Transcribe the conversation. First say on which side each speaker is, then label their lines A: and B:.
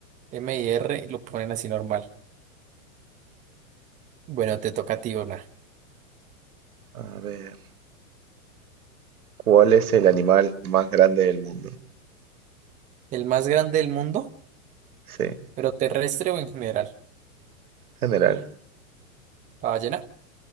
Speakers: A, on the right; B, on the right.
A: M y R lo ponen así normal. Bueno, te toca a ti una.
B: A ver, ¿cuál es el animal más grande del mundo?
A: ¿El más grande del mundo,
B: Sí,
A: pero terrestre o en general?
B: general.
A: ¿La ballena?